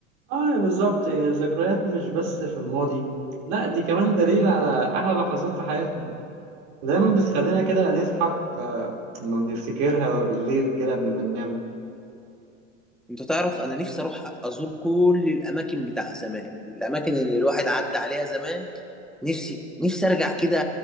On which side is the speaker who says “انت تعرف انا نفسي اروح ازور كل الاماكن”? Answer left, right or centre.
Centre